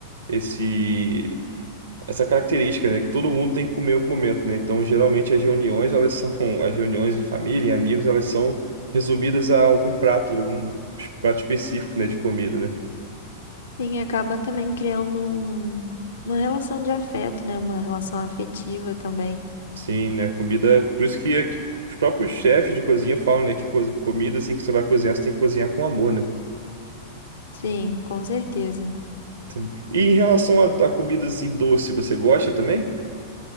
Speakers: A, on the right (about 70°); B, on the left (about 65°).
A: esse essa característica, né, que todo mundo tem que comer em algum momento, né? Então, geralmente as reuniões, elas são <laughs> as reuniões de família, e amigos, elas são resumidas a algum prato, algum prato específico, né, de comida, né?
B: Sim, acaba também criando um, uma relação de afeto, né? Uma relação afetiva também.
A: Sim, né? Comida, por isso que aqui- os próprios chefes de cozinha falam, né, que co- comida assim que você vai cozinhar, você tem que cozinhar com amor, né?
B: Sim, com certeza.
A: Sim. E em relação à à comida assim doce, você gosta também?